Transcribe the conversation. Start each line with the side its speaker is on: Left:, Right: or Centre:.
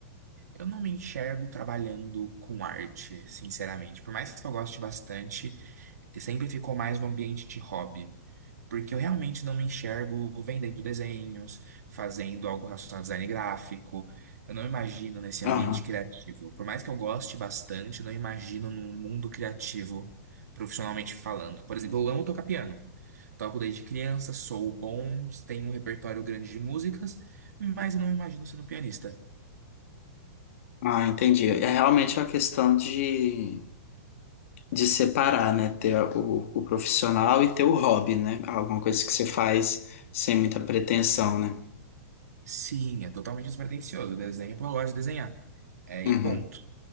Right: Eu não me enxergo trabalhando com arte, sinceramente. Por mais que eu goste bastante, sempre ficou mais no ambiente de hobby. Porque eu realmente não me enxergo vendendo desenhos, fazendo algo relacionado a design gráfico. Eu não imagino nesse
Left: Aham.
Right: ambiente criativo. Por mais que eu goste bastante, não imagino num mundo criativo, profissionalmente falando. Por exemplo, eu amo tocar piano. Toco desde criança, sou bom, tenho um repertório grande de músicas, mas eu não me imagino sendo pianista.
Left: Ah, entendi. É realmente é uma questão de de separar, né? Ter o, o profissional e ter o hobby, né? Alguma coisa que você faz sem muita pretensão, né?
Right: Sim, é totalmente despretensioso. Desenho, pô, eu gosto de desenhar. É,
Left: Uhum,
Right: e ponto.